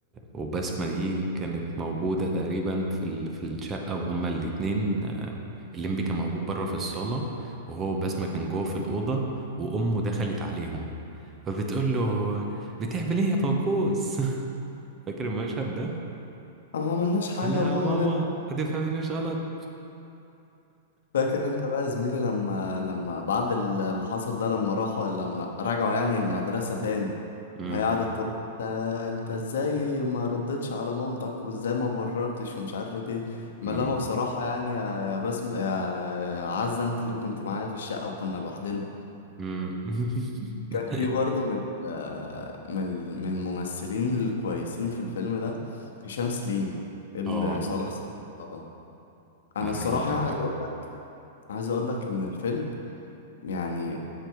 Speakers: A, on the right; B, on the left.
A: وبسمة دي كانت موجودة تقريبا في ال... في الشقة وهما الاتنين آه، الليمبي كان موجود بره في الصالة وهو بسمة كان جوه في الأوضة وأمه دخلت عليهم فبتقول له بتعمل إيه يا فوكوس؟ <laughs> فاكر المشهد ده؟
B: ما عملناش حاجة
A: قال لها
B: يا ماما
A: يا ماما
B: ولا
A: ما تفهميناش غلط
B: فاكر انت بقى يا زميلي لما لما بعد ال- اللي حصل ده لما راحوا لما رجعوا يعني المدرسة تاني وهي
A: أمم،
B: قعدت تقول انت انت ازاي ما ردتش على مامتك وازاي ما بررتش ومش عارف ايه ما
A: أمم،
B: لما بصراحة يعني يا بسم يا يا عزة انت اللي كنت معايا في الشقة وكنا لوحدنا
A: أمم. <laughs>
B: كان في برضه من من من الممثلين الكويسين في الفيلم ده هشام سليم ابن
A: اه
B: صالح سليم طبعا انا
A: ده
B: الصراحة
A: حقيقي
B: يعني
A: فعلا
B: عايز اقول عايز اقول لك ان الفيلم يعني